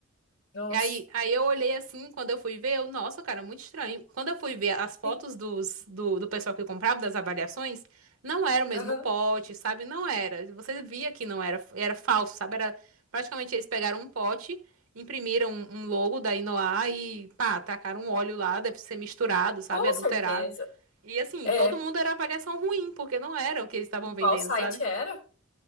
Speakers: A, on the left; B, on the right.
A: Nossa.
B: E aí, aí eu olhei assim, quando eu fui ver, eu, nossa, cara, muito estranho. Quando eu fui ver as fotos
A: Sim.
B: dos, do, do pessoal que comprava, das avaliações, não era o mesmo
A: Aham.
B: pote, sabe? Não era. Você via que não era, era falso, sabe? Era, praticamente eles pegaram um pote, imprimiram um, um logo da Inoar e, pá, tacaram um óleo lá, deve ser misturado, sabe?
A: Com
B: Adulterado.
A: certeza.
B: E assim,
A: É.
B: todo mundo era avaliação ruim, porque não era o que eles estavam vendendo,
A: Qual site
B: sabe?
A: era?